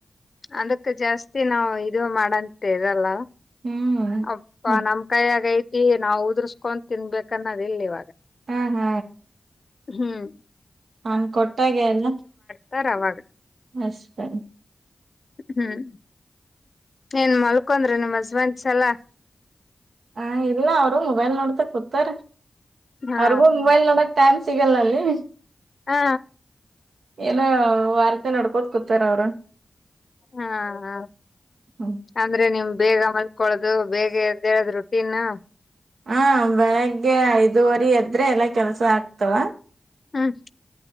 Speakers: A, on the left; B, on the right.
A: ಅದಕ್ ಜಾಸ್ತಿ ನಾವು ಇದು ಮಾಡಂತ್ ಟೆ ಇರಲ್ಲ.
B: ಹ್ಮ್
A: ಅಪ್ಪಾ ನಮ್ ಕಾಯಾಗ್ ಐತಿ ನಾವ್ ಉದ್ರುಸ್ ಕೊನ್ ತಿನ್ಬೇಕನ್ನೋದ್ ಇಲ್ ಇವಾಗ.
B: ಹ ಹಾ.
A: ಹ್ಮ್
B: ಅವ್ನ್ ಕೊಟ್ಟಾಗೆಲ್ಲಾ.
A: ತರ್ ಅವಾಗ.
B: ಅಷ್ಟ.
A: ಹ್ಮ್. ಎನ್ ಮಲ್ಕೊಂದ್ರಿ ನಿಮ್ ಹಸ್ಬೆಂಡ್ಸ್ ಎಲ್ಲ.
B: ಹ ಇಲ್ಲ ಅವ್ರು ಮೊಬೈಲ್ ನೋಡ್ತೊ ಕುತ್ತರ.
A: ಹಾ
B: ಅವ್ರಗೂ ಮೊಬೈಲ್ ನೋಡಕ್ ಟೈಮ್ಸ್ ಸಿಗಲ್ಲಾ ಅಲ್ಲಿ.
A: ಹಾ.
B: ಏನೋ
A: ಹಾ
B: ವಾರ್ತೆ ನೋಡ್ಕೋತ್ ಕುತ್ತಾರ್ ಅವ್ರು.
A: ಹಾ ಹಾ
B: ಹ್ಮ್
A: ಅಂದ್ರೆ ನಿಮ್ ಬೇಗ ಮಲ್ ಕೊಳ್ಳೋದು ಬೇಗ ಎದ್ದೆಳ್ದ್ ರುಡ್ ಪಿನ್ನಾ.
B: ಹಾ ಬೆಳಿಗ್ಗೆ ಐದುವರಿ ಎದ್ರೆ ಎಲ್ಲಾ ಕೆಲ್ಸ ಆಗ್ ತವಾ.
A: ಹ್ಮ್